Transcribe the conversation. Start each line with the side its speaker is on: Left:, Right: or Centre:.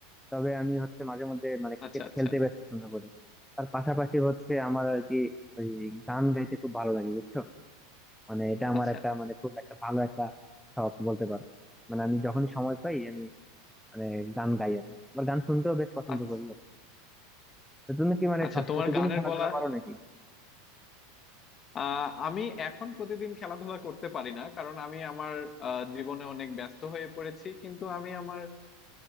Centre: তবে আমি হচ্ছে মাঝে মধ্যে মানে ক্রিকেট
Left: আচ্ছা আচ্ছা
Centre: খেলতে বেশ পছন্দ করি তার পাশাপাশি হচ্ছে আমার আর কি ওই গান গাইতে খুব ভালো লাগে বুঝছো মানে এটা আমার
Left: আচ্ছা
Centre: একটা মানে খুব একটা ভালো একটা শখ বলতে পারো মানে আমি যখনই সময় পাই আমি মানে গান গাই আর কি আমার গান শুনতেও বেশ পছন্দ
Left: আচ্ছা
Centre: করি আর কি তো তুমি কি মানে
Left: আচ্ছা
Centre: সব
Left: তোমার
Centre: প্রতিদিনই
Left: গানের
Centre: খেলাধুলা
Left: গলা
Centre: করো নাকি
Left: আহ আমি এখন প্রতিদিন খেলাধুলা করতে পারি না কারণ আমি আমার আহ, জীবনে অনেক ব্যস্ত হয়ে পড়েছি কিন্তু আমি আমার